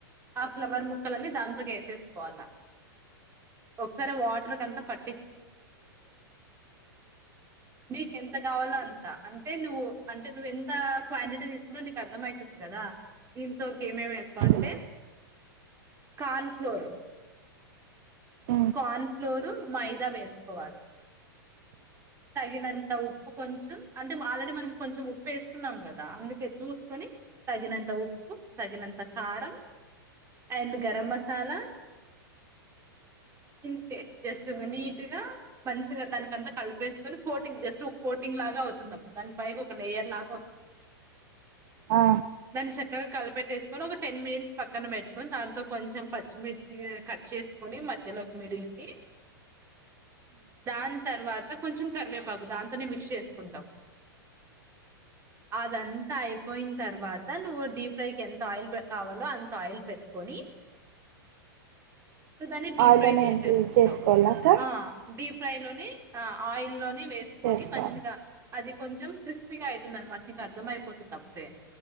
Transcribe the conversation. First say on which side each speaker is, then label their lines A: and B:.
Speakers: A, on the right; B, on the right.
A: ఆ ఫ్లవర్ ముక్కలన్నీ దాంతో కి వేసేసుకోవాలా ఒకసారి ఆ వాటర్ కంతా పట్ట నీకు ఎంత కావాలో అంత అంటే నువ్వు అంటే నువ్వెంత క్వాంటిటీ తీసు ఇప్పుడు నీకు అర్థం అవుతుంది కదా దీంతో కి ఏమేమి వేసుకోవాలంటే
B: ఆ
A: కార్న్ ఫ్లోర్
B: ఆ
A: కార్న్ ఫ్లోరు మైదా వేసుకోవాలి తగినంత ఉప్పు కొంచెం అంటే ఆల్రెడీ మనం కొంచెం ఉప్పు వేసుకున్నాం కదా అందుకే చూసుకొని తగినంత ఉప్పు తగినంత కారం అండ్ గరం మసాలా ఇంతే జస్ట్ నీట్ గా మంచిగా దానికి అంతా కలిపేసుకొని కోటింగ్ జస్ట్ ఒక కోటింగ్ లాగా అవుతుంది అప్పుడు దాని పైగా ఒక లేయర్ లాగా వస్తుంది
B: ఆ
A: దాన్ని చక్కగా కలిపెట్టేసుకొని ఒక టెన్ మినిట్స్ పక్కన పెట్టుకొని దాంతో కొంచెం పచ్చిమిర్చి కట్ చే సుకుని మధ్యలోకి మిడిల్ కి దాని తర్వాత కొంచెం కరివేపాకు దాంతోనే మిక్స్ చేసుకుంటాం అదంతా అయిపోయిన తర్వాత నువ్వు డీప్ ఫ్రై కి ఎంత ఆయిల్ కావాలో అంత ఆయిల్ పెట్టుకొని ను దాన్ని డీప్
B: ఆయిల్లోనే
A: ఫ్రై చేసేసుకుంటావ్
B: చేసుకోవాల అక్క
A: ఆ డీప్ ఫ్రై లోని ఆ ఆయిల్ లోనే వేసుకొని
B: చేసుకోవాలి
A: మంచిగా అది కొంచెం క్రిస్పీగా అవుతుందిన మాట నీకు అర్థం అయిపోతుంది అప్పుడే